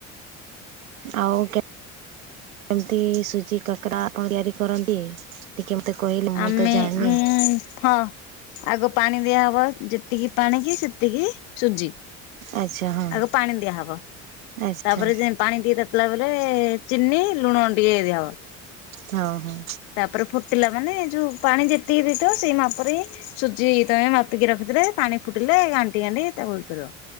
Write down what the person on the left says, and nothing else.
ଆମେ
ଉଁ ହଁ। ଆଗ ପାଣି ଦିଆହବ ଯେତିକି ପାଣ କି ସେତିକି ସୁଜି।
ଆଗ ପାଣି ଦିଆହବ
ତାପରେ ଯେ ପାଣି ଦି ତା ତାଲା ପରେ ଚିନି ଲୁଣ ଟିକେ ଦିଆହବ।
ତାପରେ ଫୁଟିଲା ମାନେ ଯଉ ପାଣି ଯେତିକି ରଥିବ ସେଇ ମାପରେ ହିଁ। ସୁଜି ତମେ ମାପିକି ରଖିଥିଲେ ପାଣି ଫୁଟିଲେ ଆଣ୍ଟି କାଣ୍ଟି ତାକୁ ବ କରିବ।